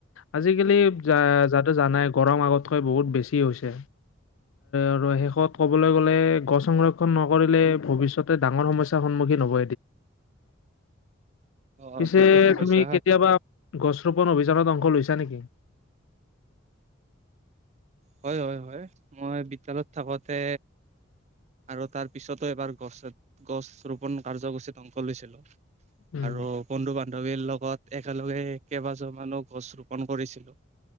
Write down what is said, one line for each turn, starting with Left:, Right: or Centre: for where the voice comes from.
Left: আজিকালি য যতে জানাই গৰম আগতকৈ বহুত বেছি হৈছে। আৰু শেষত ক'বলৈ গ'লে গছ সংৰক্ষণ নকৰিলে ভৱিষ্যতে ডাঙৰ সমস্যাৰ সন্মুখীন হ'ব।
Right: অ',
Left: পিছে
Right: ঠিক কথা কৈছা।
Left: তুমি কেতিয়াবা গছ ৰোপণ অভিযানত অংশ লৈছে নেকি?
Right: হয় হয় হয় মই বিদ্যালয়ত থাকোতে আৰু তাৰ পিছতো এবাৰ গছ গছ ৰোপন কাৰ্যসূচীত অংশ লৈছিলো।
Left: উম,
Right: আৰু বন্ধু ব বান্ধৱীৰ লগত একেলগে কেইবাজোমানো গছ ৰোপন কৰিছিলোঁ